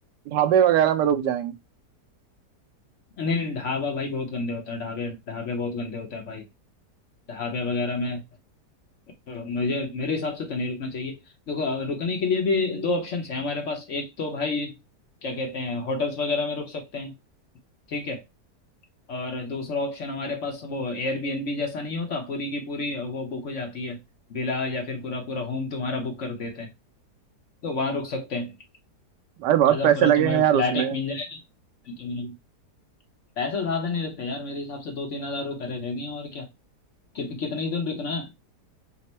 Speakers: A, on the right (about 80°); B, on the left (about 50°).
A: ढाबे वगैरह में रुक जाएंगे
B: नहीं नहीं ढाबा भाई बहुत गंदे होता है ढाबे ढाबे बहुत गंदे होते हैं भाई ढाबे वगैरह में मुझे मेरे हिसाब से तो नहीं रुकना चाहिए देखो अ, रुकने के लिए भी दो ऑप्शंस हैं हमारे पास एक तो भाई क्या कहते हैं होटल्स वगैरह में रुक सकते हैं ठीक है और दूसरा ऑप्शन हमारे पास वो एयरबीएनबी जैसा नहीं होता पूरी की पूरी वो बुक हो जाती है विला या फिर पूरा पूरा होम तुम्हारा बुक कर देते हैं तो वहाँ रुक सकते हैं
A: भाई बहुत
B: आधा
A: पैसे
B: पूरा
A: लगेंगे
B: तुम्हें
A: यार
B: फ्लैट
A: उसमें
B: एक मिल जाएगा तो तुम्हें पैसा ज़्यादा नहीं लगता यार मेरे हिसाब से दो तीन हज़ार रुपये रहेंगे और क्या कित, कितने ही दिन रुकना है